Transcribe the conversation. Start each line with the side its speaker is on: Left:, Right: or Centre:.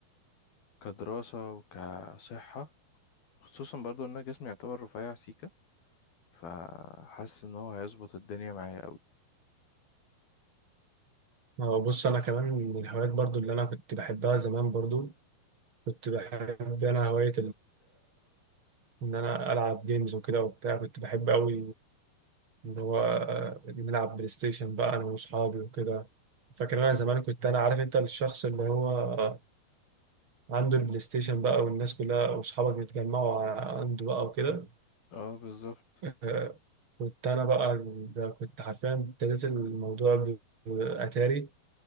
Left: كدراسة وكصحة خصوصا برضو ان انا جسمي يعتبر رفيع سيكة فحاسس ان هو هيظبط الدنيا معايا قوي
Right: آه، بص انا كمان من الهوايات برضو اللي انا كنت بحبها زمان برضو كنت بحب انا هواية ان انا العب جيمز وكده وبتاع كنت بحب قوي ان هو آه، نلعب بلاي ستيشن بقى انا واصحابي وكده فاكر انا زمان كنت انا عارف انت الشخص اللي هو آه، عنده البلاي ستيشن بقى والناس كلها واصحابك بيتجمعوا ع- عنده بقى وكده
Left: اه بالظبط
Right: آه، كنت انا بقى ده كنت حرفيا ابتديت الموضوع ب- باتاري